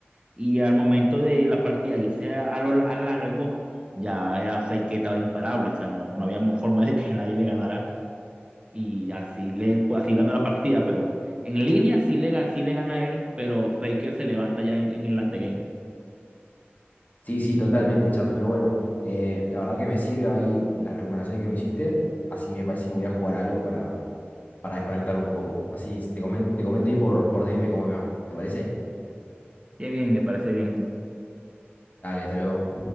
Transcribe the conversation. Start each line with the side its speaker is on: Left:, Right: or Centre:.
Right: y al momento de la partida irse a, lo- a largo ya era Faker estaba imparable. O sea, no, no había mo- forma de que <laughs> nadie le ganara y así, le, pues, así ganó la partida, pero... En línea sí le, ga- sí le gana él, pero Faker se levanta ya en, en el late game.
Left: Sí, sí, totalmente, Charles. Pero bueno, eh, la verdad que me sirve ahí las recomendaciones que me hiciste. Así que me parece que me voy a jugar algo para, para desconectar un poco. Así te comen- te comento ahí por, por DM cómo me va. ¿Te parece?
Right: Bien, bien, me parece bien.
Left: Dale, hasta luego.